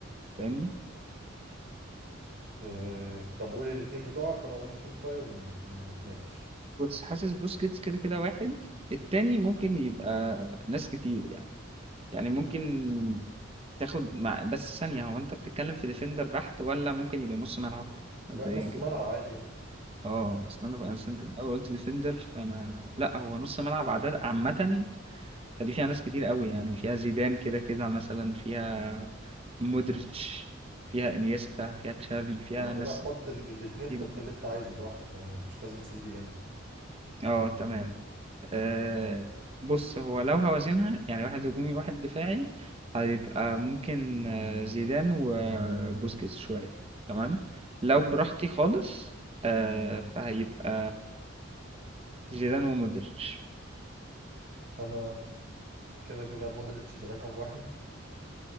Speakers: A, on the right; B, on the right.
A: فاهمني
B: أه... طب قول الاتنين بتوعك وانا اقول الاتنين بتوعي ونتناقش
A: بس حاسس بوسكيتس كده كده واحد التاني ممكن يبقى ناس كتير يعني يعني ممكن تاخد مع بس ثانية هو انت بتتكلم في ديفندر بحت ولا ممكن يبقى نص ملعب مبدئيا
B: لا نص
A: كده
B: ملعب عادي
A: اه اصل انا
B: يعني
A: بقى اصل انت الاول قلت ديفندر فانا لا هو نص ملعب عدد عامة فدي فيها ناس كتير قوي يعني فيها زيدان كده كده مثلا فيها مودريتش فيها انيستا فيها تشافي فيها
B: ما انا بقولها
A: ناس
B: حط ال... الاتنين
A: كتير
B: حط
A: جدا
B: اللي انت عايزه براحتك يعني مش لازم سي دي ام
A: اه تمام آه بص هو لو هوازنها يعني واحد هجومي واحد دفاعي هيبقى ممكن آه، زيدان وبوسكيتس شوية تمام لو براحتي خالص آه فهيبقى زيدان ومودريتش
B: انا كده كده مودريتش ده رقم واحد